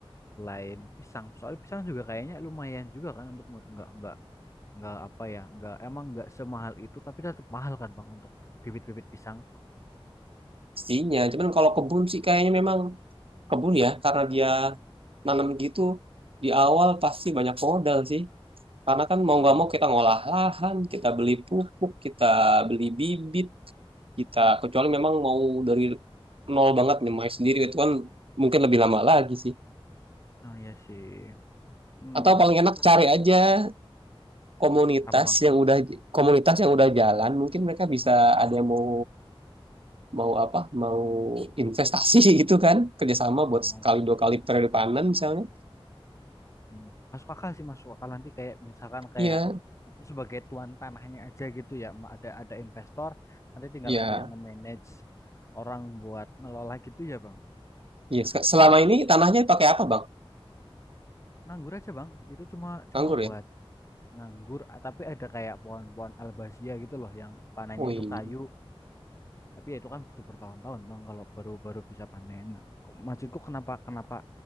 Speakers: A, on the left; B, on the right.
A: selain pisang? Soalnya pisang juga kayaknya lumayan juga kan untuk mod- nggak nggak nggak apa ya, nggak emang nggak semahal itu tapi tetap mahal kan Bang untuk bibit-bibit pisang.
B: pastinya cuman kalau kebun sih kayaknya memang kebun ya karena dia nanam gitu di awal pasti banyak modal sih karena kan mau
A: Oh,
B: nggak mau kita ngolah lahan kita beli pupuk kita beli bibit kita kecuali memang mau dari nol banget nyemai sendiri itu kan mungkin lebih lama lagi sih
A: ya sih. Hmm,
B: atau paling
A: itu
B: enak
A: kan.
B: cari aja komunitas
A: apa Bang?
B: yang udah komunitas yang udah jalan mungkin mereka bisa ada yang mau mau apa mau investasi <laughs> gitu kan kerjasama
A: Oh.
B: buat sekali dua kali periode panen misalnya
A: Hmm, Masuk akal sih masuk akal nanti kayak misalkan kayak
B: iya
A: aku sebagai tuan tanahnya aja gitu ya ma- ada ada investor nanti tinggal
B: iya
A: aku yang memanage orang buat ngelola gitu ya bang
B: iya Se- selama ini tanahnya pakai apa bang
A: nganggur aja bang itu cuma cuma
B: anggur ya
A: buat nganggur ah, tapi ada kayak pohon-pohon albasia gitu loh yang panennya
B: wih
A: itu kayu
B: <laughs>
A: tapi ya itu kan butuh bertahun-tahun bang kalau baru-baru bisa panen Nah, maksudku kenapa kenapa